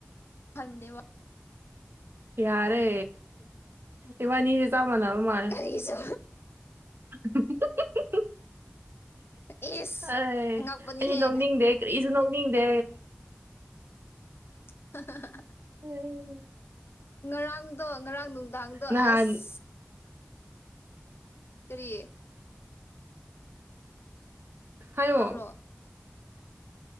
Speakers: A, on the left; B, on the right.
A: ꯍꯟꯕꯅꯦꯕ
B: ꯌꯥꯔꯦ ꯏꯕꯥꯅꯤꯖꯦ ꯆꯞ ꯃꯅꯕ ꯃꯥꯜꯂꯦ
A: ꯀꯔꯤꯁꯨ
B: <unintelligible>
A: ꯏꯁ
B: ꯑꯩ
A: ꯉꯛꯄꯅꯤꯍꯦ
B: ꯑꯩꯗꯤ ꯅꯣꯛꯅꯤꯡꯗꯦ ꯀꯔꯤꯁꯨ ꯅꯣꯛꯅꯤꯡꯗꯦ
A: <unintelligible>
B: ꯎꯝ
A: ꯉꯔꯥꯡꯗꯣ ꯉꯔꯥꯡ ꯅꯨꯡꯗꯥꯡꯗꯣ
B: ꯅꯍꯥꯟ
A: ꯑꯁ ꯀꯔꯤꯌꯦ
B: ꯍꯥꯢꯌꯣ
A: ꯇꯥꯕ꯭ꯔꯣ